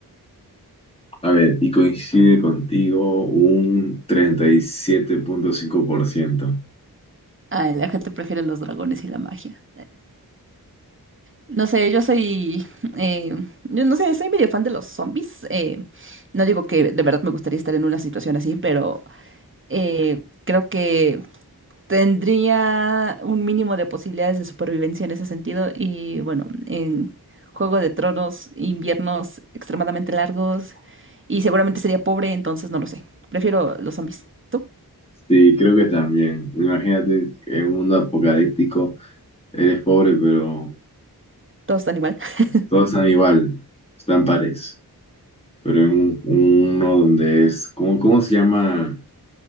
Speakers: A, on the left; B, on the right.
A: A ver, y coincide contigo un treinta y siete punto cinco por ciento
B: Ay, la gente prefiere los dragones y la magia. No sé, yo soy, eh, yo no sé, soy medio fan de los zombies. eh, no digo que de verdad me gustaría estar en una situación así, pero eh, creo que tendría un mínimo de posibilidades de supervivencia en ese sentido. Y bueno, en Juego de Tronos, inviernos extremadamente largos y seguramente sería pobre, entonces no lo sé. Prefiero los zombies. ¿Tú?
A: Sí, creo que también. Imagínate en un mundo apocalíptico Eres pobre, pero
B: Todos están igual. <laughs>
A: todos están igual, están pares. Pero en un- uno donde es, ¿cómo, cómo se llama?